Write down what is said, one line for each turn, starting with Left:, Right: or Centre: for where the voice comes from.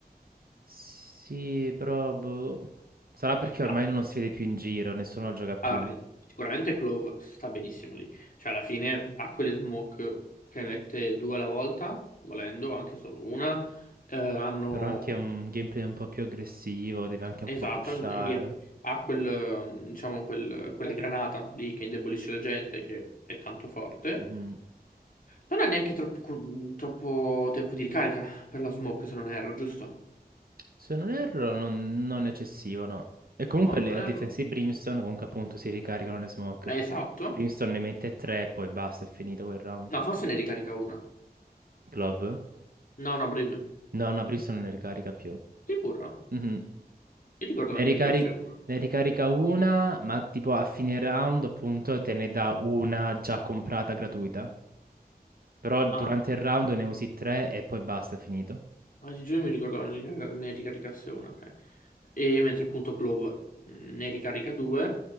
Right: Sì, però boh. Sarà perché ormai
Left: Ah,
Right: non si vede più in giro, nessuno lo gioca più.
Left: allora, sicuramente Clove sta benissimo lì. Cioè, alla fine ha quelle smoke che mette due alla volta, volendo, anche solo una. Eh, hanno...
Right: Però anche un gameplay un po' più aggressivo, deve anche
Left: Esatto,
Right: un po' pushare.
Left: ha un gameplay- ha quel, eh, diciamo, quel- quella granata lì che indebolisce la gente, che è tanto forte.
Right: Mhm.
Left: Non ha neanche troppo, cu- troppo tempo di ricarica per la smoke, se non erro, giusto?
Right: Se non erro, non, non eccessivo, no. E comunque
Left: No,
Right: le
Left: Tonnerro
Right: difense
Left: no.
Right: di Brimstone, comunque appunto si ricaricano le smoke.
Left: Eh, Esatto.
Right: Brimstone ne mette tre, poi basta, è finito quel round.
Left: No, forse ne ricarica una.
Right: Glove?
Left: No, no, Brim.
Right: No, no, Brimstone non ne ricarica più.
Left: Sicuro?
Right: Mhm.
Left: Io ricordavo
Right: Ne
Left: ne
Right: ricari-
Left: caricasse una.
Right: ne ricarica una, ma tipo a fine round, appunto, te ne dà una già comprata gratuita. Però durante
Left: Ah, ok.
Right: il round ne usi tre e poi basta, è finito.
Left: Oggi giugno mi ricordavo ne rica- ne ricaricasse una, ok. E mentre appunto Clove mh, ne ricarica due,